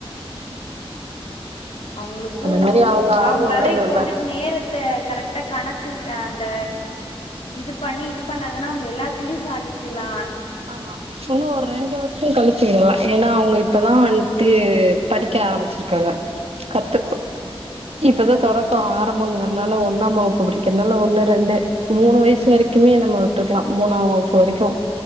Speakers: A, on the left; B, on the right.
A: அவுங்களுக்கு
B: மாரி அவங்க ஆர்வோ
A: அவுங்களால
B: வேணுல்ல
A: இப்போ வந்துட்டு நேரத்த கரெக்டா கணக்கு ச அந்த இது பண்ணி இது பண்ணாங்கனா அவுங்க எல்லாத்துலயு‌ சாதிக்கிலா
B: ஆமா இன்னு ஒரு ரெண்டு வருஷோ கழிச்சு விடலா ஏனா அவுங்க இப்பதா வந்ட்டு படிக்க ஆரம்பிச்சிருக்காங்க கத்துக்கு இப்பதா தொடக்கோ ஆரம்போங்கனால ஒண்ணாம் வகுப்பு படிக்கிறனால ஒண்ணு ரெண்டு மூணு வயசு வரைக்குமே நம்ம விட்ருக்லா மூணா வகுப்பு வரைக்கு